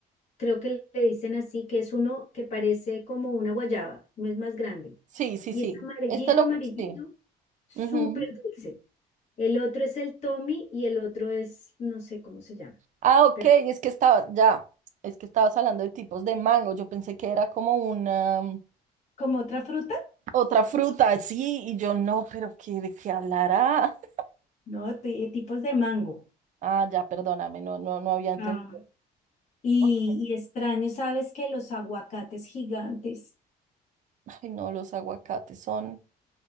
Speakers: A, on the left (about 45°); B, on the right (about 50°).
A: creo que le dicen así, que es uno que parece como una guayaba, no es más grande.
B: Sí, sí,
A: Y
B: sí.
A: es amarillito,
B: Este lo,
A: amarillito,
B: sí.
A: súper
B: Ujú.
A: dulce. El otro es el Tommy y el otro es, no sé cómo se llama,
B: Ah, ok,
A: pero
B: es que estaba, ya, es que estabas hablando de tipos de mango. Yo pensé que era como una mm,
A: ¿Como otra fruta?
B: otra fruta, así, y yo no, pero ¿qué, de qué hablará? <laughs>
A: no, ti- tipos de mango.
B: Ah, ya, perdóname, no, no, no había entendido.
A: Ah. Y,
B: Ok.
A: y extraño, ¿sabes que Los aguacates gigantes.
B: Ay, no, los aguacates son.